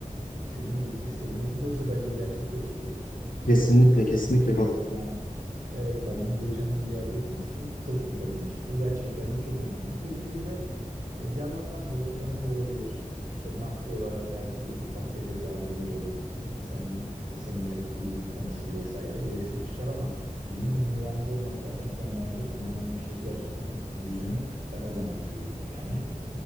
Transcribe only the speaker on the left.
Kesinlikle kesinlikle katılıyorum.